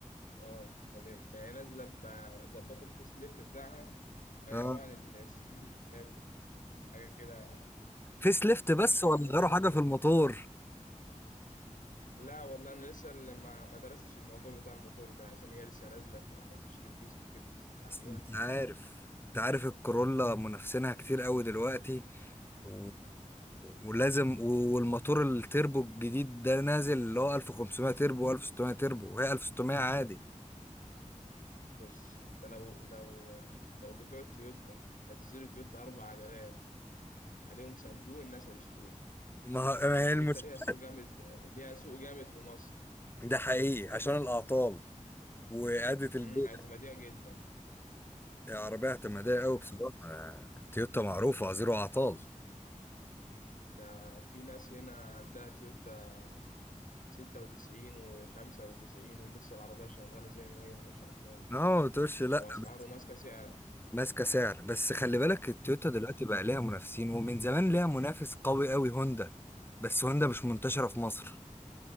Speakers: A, on the left (about 80°); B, on the left (about 15°).
A: اه امال ايه ده هي نازلة ب- ظبطوا الفيس ليفت بتاعها غيروه
B: اه
A: عن السنين اللي فاتت حاجة كده
B: فيس ليفت بس
A: والشعار
B: ولا
A: بتاعها
B: غيروا حاجة
A: برضه
B: في الموتور
A: لا والله انا لسه اللي ما ما درستش الموضوع بتاع الموتور ده عشان هي لسه نازلة فما فيش ريفيوز كتير نزلت عليها
B: اصل انت عارف انت عارف الكورولا منافسينها كتير قوي دلوقتي و... ولازم و- والموتور التربو الجديد ده نازل اللي هو 1500 تربو و1600 تربو وهي 1600 عادي
A: بص انت لو لو لو بتوع تويوتا نزلوا تويوتا اربع عجلات عليهم صندوق الناس هتشتريها
B: ما ما هي
A: تويوتا
B: المشكلة
A: ليها سوق جامد ليها سوق جامد في مصر
B: ده حقيقي عشان الأعطال وإعادة البيع
A: امم اعتمادية جدا
B: عربية اعتمادية قوي
A: يعني
B: بصراحة تويوتا معروفة زيرو أعطال
A: ده في ناس هنا عندها تويوتا ستة وتسعين وخمسة وتسعين ولسه العربية شغالة زي ما هي ما شاء الله
B: اه ما تقولش لأ
A: وأسعاره
B: بس
A: ماسكة سعر
B: ماسكة سعر بس خلي بالك التويوتا
A: امم
B: دلوقتي بقى ليها منافسين ومن زمان ليها منافس قوي قوي هوندا بس هوندا مش منتشرة في مصر